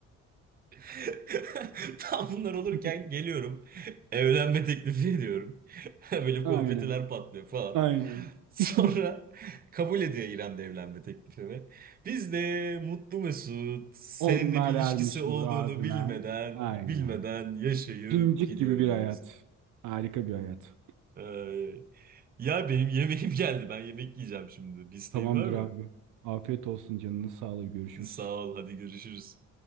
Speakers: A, on the right; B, on the right.
A: <laughs> Tam bunlar olurken
B: <laughs>
A: geliyorum. Evlenme teklifi ediyorum. <laughs> Böyle
B: Aynen.
A: konfetiler patlıyor falan.
B: Aynen.
A: Sonra
B: <laughs>
A: kabul ediyor İrem de evlenme teklifimi. Biz de mutlu mesut seninle
B: Onlar
A: bir ilişkisi
B: ermiş
A: olduğunu
B: muradına.
A: bilmeden
B: Aynen.
A: bilmeden yaşayıp
B: Cincik
A: gidiyoruz.
B: gibi bir hayat. Harika bir hayat.
A: Ay. Ya benim yemeğim geldi. Ben yemek yiyeceğim şimdi. Bir isteğin
B: Tamamdır
A: var mı?
B: abi. Afiyet olsun canını sağlığı. Görüşürüz.
A: Sağ ol. Hadi görüşürüz.